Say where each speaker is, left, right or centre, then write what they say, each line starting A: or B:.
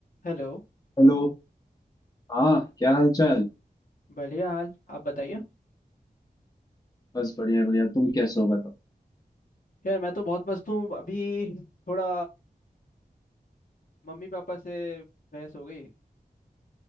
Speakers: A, on the left; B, on the left.
A: Hello
B: Hello हाँ क्या हाल चाल
A: बढ़िया हाल आप बताइए
B: बस बढ़िया बढ़िया तुम कैसे हो बताओ
A: यार मैं तो बहुत मस्त हूँ अभी थोड़ा मम्मी पापा से बहस हो गई